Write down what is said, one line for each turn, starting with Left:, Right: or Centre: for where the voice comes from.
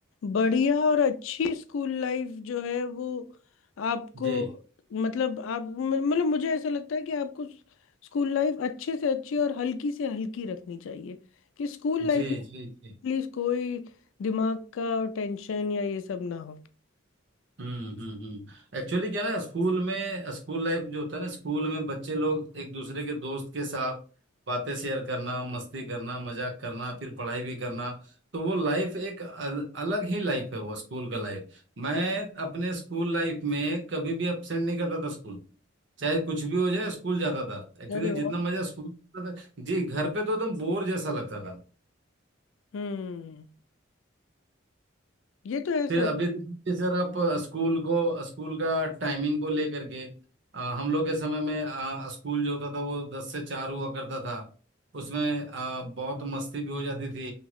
Left: बढ़िया और अच्छी स्कूल लाइफ जो है वो आपको
Right: जी
Left: मतलब आप मतलब मुझे ऐसा लगता है कि आपको स्कूल लाइफ अच्छे से अच्छी और हल्की से हल्की रखनी चाहिए कि स्कूल लाइफ
Right: जी
Left: में
Right: जी जी
Left: प्लीज कोई दिमाग का टेंशन या ये सब ना हो
Right: हम्म हम्म हम्म एक्चुअली क्या ना स्कूल में स्कूल लाइफ जो होता है ना स्कूल में बच्चे लोग एक दूसरे के दोस्त के साथ बातें शेयर करना मस्ती करना मजाक करना फिर पढ़ाई भी करना तो वो लाइफ एक अल, अलग ही लाइफ है वो स्कूल का लाइफ मैं अपने स्कूल लाइफ में कभी भी अपसेंट नहीं करता था स्कूल चाहे कुछ भी हो जाए स्कूल जाता था एक्चुअली
Left: अरे
Right: जितना
Left: वाह
Right: मजा स्कूल था जी घर पे तो एकदम बोर जैसा लगता था
Left: हम्म ये तो है सर
Right: फिर अभी देखिए सर आप अ, स्कूल को स्कूल का टाइमिंग को लेकर के अ, हम लोग के समय में अ, स्कूल जो होता था वो दस से चार हुआ करता था उसमें अ, बहुत मस्ती भी हो जाती थी